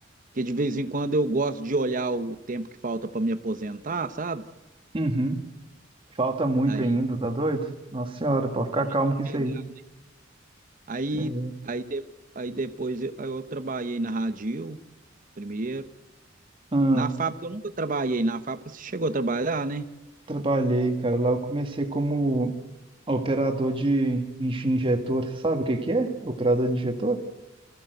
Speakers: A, on the right (about 40°); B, on the right (about 25°).
A: porque de vez em quando eu gosto de olhar o tempo que falta para me aposentar, sabe?
B: Uhum. Falta muito
A: Aí,
B: ainda, tá doido? Nossa senhora, pode ficar
A: a gente
B: calmo com isso
A: chegar,
B: aí.
A: né? aí,
B: É.
A: aí, de- aí depois eu, eu trabalhei na Radil primeiro.
B: Ah,
A: Na fábrica eu nunca trabalhei. Na fábrica você chegou a trabalhar, né?
B: trabalhei, cara. Lá eu comecei como operador de inje- injetor. Sabe o que que é? Operador de injetor?